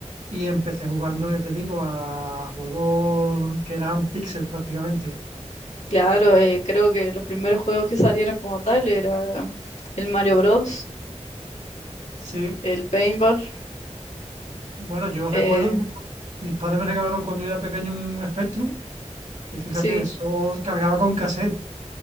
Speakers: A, on the right (about 80°); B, on the left (about 70°).
A: y empecé jugando, ya te digo, a juegos que eran píxeles prácticamente.
B: Claro, eh, creo que los primeros juegos que salieron como tal era el Mario Bros,
A: Sí,
B: el Paintball,
A: bueno, yo recuerdo,
B: eh,
A: mis padres me regalaron cuando yo era pequeño un Spectrum, y fíjate,
B: sí,
A: eso cargaba con cassette,